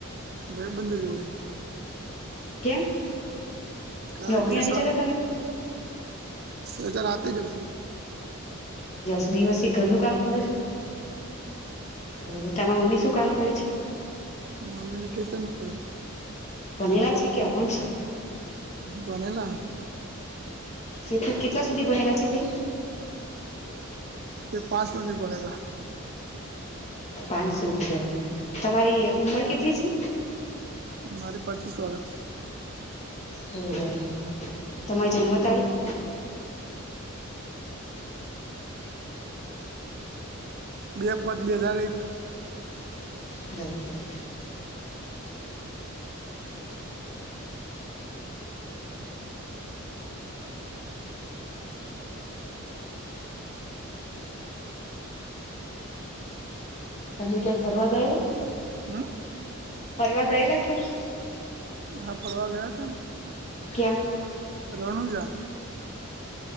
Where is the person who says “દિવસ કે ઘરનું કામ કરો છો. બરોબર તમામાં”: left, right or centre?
Left